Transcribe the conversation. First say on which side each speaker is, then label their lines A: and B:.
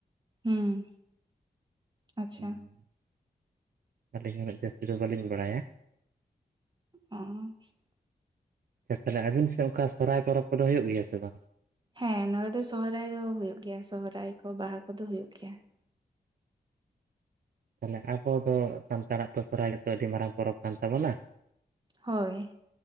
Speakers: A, on the right (about 25°); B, on the right (about 60°).
A: ᱦᱩᱸ ᱟᱪᱪᱷᱟ
B: ᱦᱩᱸ᱾ ᱟᱹᱞᱤᱧ ᱦᱚᱸ ᱩᱱᱚᱜ ᱡᱟᱹᱥᱛᱤ ᱫᱚ ᱵᱟᱹᱞᱤᱧ ᱵᱟᱲᱟᱭᱟ
A: <unintelligible>
B: ᱛᱟᱦᱚᱞᱮ ᱟᱵᱤᱱ ᱥᱮ ᱚᱱᱠᱟ ᱥᱚᱨᱚᱨᱟᱭ ᱯᱚᱨᱚᱵᱽ ᱠᱚᱫᱚ ᱦᱩᱭᱩᱜ ᱜᱮᱭᱟ ᱥᱮ ᱵᱟᱝ?
A: ᱦᱮᱸ ᱱᱚᱰᱮ ᱫᱚ ᱥᱚᱦᱚᱨᱟᱭ ᱫᱚ ᱦᱩᱭᱩᱜ ᱜᱮᱭᱟ ᱥᱚᱦᱚᱨᱟᱭ ᱠᱚ ᱵᱟᱦᱟ ᱠᱚᱫᱚ ᱦᱩᱭᱩᱜ ᱜᱮᱭᱟ ᱾
B: ᱛᱟᱦᱚᱞᱮ ᱟᱵᱚ ᱫᱚ ᱥᱟᱱᱛᱟᱲᱟᱜ ᱫᱚ ᱥᱚᱨᱦᱟᱭ ᱫᱚ ᱟᱹᱰᱤ ᱢᱟᱨᱟᱝ ᱯᱚᱨᱚᱵᱽ ᱠᱟᱱ ᱛᱟᱵᱚᱱᱟ ᱾
A: ᱦᱳᱭ